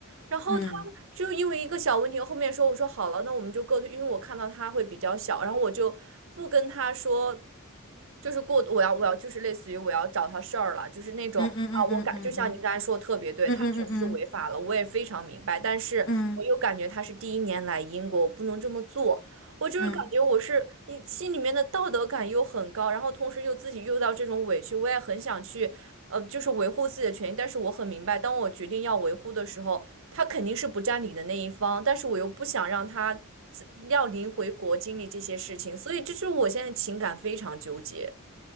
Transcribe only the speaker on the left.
嗯
嗯嗯嗯嗯嗯嗯
嗯嗯嗯嗯
嗯
嗯。